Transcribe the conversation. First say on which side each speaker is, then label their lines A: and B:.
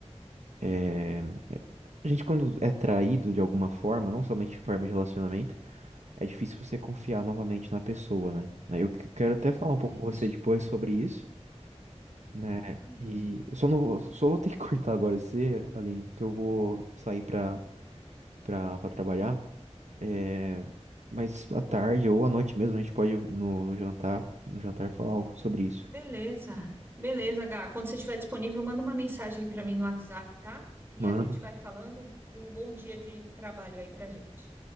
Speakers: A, on the right (about 80°); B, on the right (about 20°).
A: é, a gente quando é traído de alguma forma, não somente em forma de relacionamento, é difícil você confiar novamente na pessoa, né? Eu que- quero até
B: Exatamente,
A: falar um pouco com você depois sobre isso. né?
B: exatamente.
A: E eu só não vou, só vou ter que <laughs> cortar agora você, Aline, porque eu vou sair pra, pra, pra trabalhar. É, mas à tarde ou à noite mesmo, a gente pode no, no jantar, no jantar falar algo sobre isso.
B: Beleza, beleza, Gá. Quando você estiver disponível, manda uma mensagem aí para mim no WhatsApp, tá? E
A: Mano,
B: a gente vai falando. Um bom dia de trabalho aí para gente.